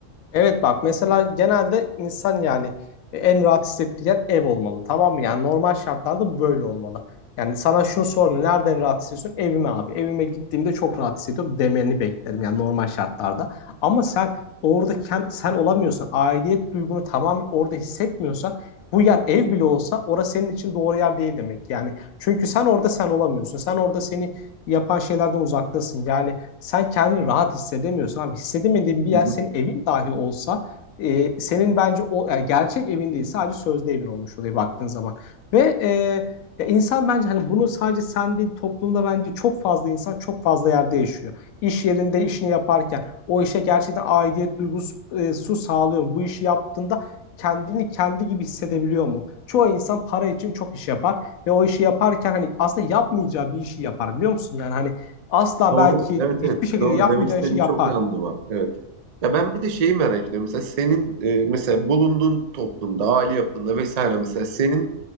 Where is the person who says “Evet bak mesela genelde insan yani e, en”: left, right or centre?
Left